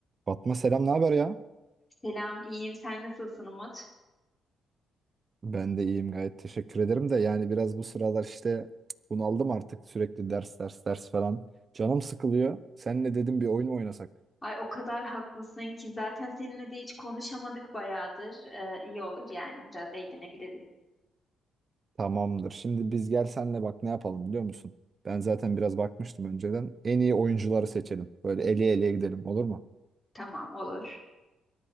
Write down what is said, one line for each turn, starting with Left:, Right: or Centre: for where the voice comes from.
Right: Fatma selam ne haber ya?
Left: Selam, iyiyim. Sen nasılsın Umut?
Right: Ben de iyiyim gayet teşekkür ederim de yani biraz bu sıralar işte bunaldım artık sürekli ders ders ders falan. Canım sıkılıyor. senle dedim bir oyun mu oynasak?
Left: Ay o kadar haklısın ki zaten seninle de hiç konuşamadık bayağıdır. Ee, iyi olur yani biraz eğlenebiliriz.
Right: Tamamdır. Şimdi biz gel senle bak ne yapalım biliyor musun? Ben zaten biraz bakmıştım önceden. En iyi oyuncuları seçelim. Böyle eleye eleye gidelim olur mu?
Left: Tamam olur.